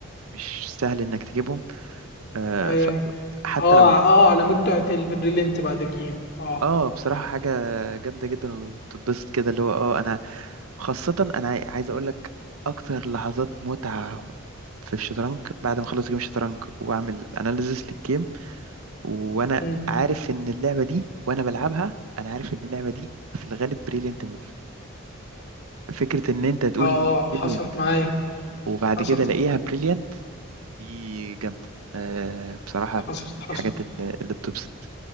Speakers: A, on the right; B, on the left.
A: مش سهل إنك تجيبهم آه،
B: اي
A: ف-
B: اي
A: حتى
B: اه
A: لو
B: اه على متعه البريلينت بعد الجيم اه
A: آه بصراحة حاجة جامدة جدا وبتتبسط كده اللي هو آه أنا خاصة أنا عاي- عايز أقول لك أكتر لحظات متعة في الشطرنج بعد ما أخلص جيم الشطرنج وأعمل أناليزيس للجيم وانا
B: مم.
A: عارف ان اللعبه دي وانا بلعبها انا عارف ان اللعبه دي في الغالب بريليانت موف فكره ان انت تقول
B: اه
A: ان دي
B: اه
A: بريليانت
B: حصلت معايا
A: وبعد
B: حصلت
A: كده الاقيها بريليانت دي جامده أه بصراحه من
B: حصلت حصلت
A: الحاجات اللي, اللي بتبسط